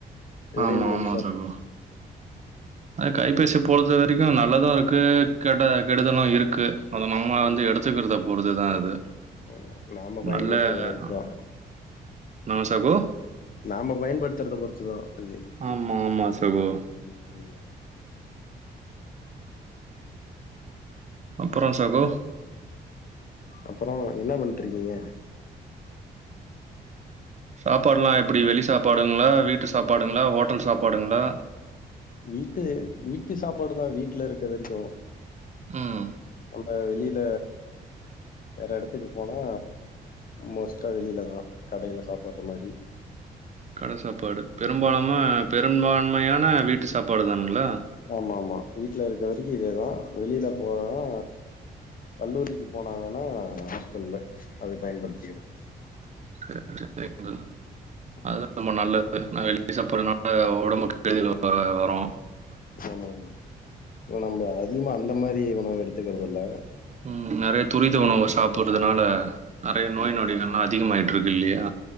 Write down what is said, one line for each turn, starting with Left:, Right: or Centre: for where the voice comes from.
Left: இதுலயே
Right: ஆமா
Left: முழுசா
Right: ஆமா சகோ ஆ கைபேசிப்பு பொறுத்த வரைக்கு நல்லது இருக்கு கெட்ட கெடுதலு இருக்கு அத நம்ம
Left: ஆமா
Right: வந்து எடுத்துக்கிறதப் பொருத்துதா அது
Left: ஆமா நாம பயன்படுத்துறத
Right: நல்ல
Left: பொறுத்து
Right: ஆ
Left: தா
Right: என்ன சகோ?
Left: நாம பயன்படுத்துறத பொறுத்துதா அது
Right: ஆமா, ஆமா சகோ.
Left: அய்யய்யோ
Right: அப்பறோ சகோ
Left: அப்பறோ என்ன பண்ணிட்ருக்கீங்க
Right: சாப்பாட்லா எப்டி வெளி சாப்பாடுங்ளா வீட்டு சாப்பாடுங்ளா ஹோட்டல் சாப்பாடுங்ளா
Left: வீட்டு வீட்டு சாப்பாடு தா வீட்ல இருக்க வரைக்கு
Right: ம்.
Left: நம்ம வெளில வேற எடத்துக்கு போனா மோஸ்ட்டா வெளிலதா கடேல சாப்பட்ற மாரி
Right: கட சாப்பாடு பெரும்பாலாம பெரும்பான்மையான வீட்டு சாப்பாடு தானுங்ளா
Left: ஆமா ஆமா வீட்லருக்க வரிக்கு இதேதா வெளியில போனா கல்லூரிக்கு போனாங்கன்னா ஹாஸ்டல்ல அது பயன்படுத்தியது
Right: <unintelligible> அதுதா
Left: ம்.
Right: ரொம்ப நல்லது நா வெளிய சாப்புட்றனா அ ஒடம்புக்கு கெடுதல் <unintelligible> அ வரு
Left: ஆமா ப்ரோ நம்ப அதிகமா அந்த மாரி உணவு எடுத்துக்கறதில்ல
Right: ம் நெறைய துரித உணவ சாப்பிட்றதுனால நெறைய நோய் நொடிகள்லா அதிகமாயி ட்ருக்கில்லியா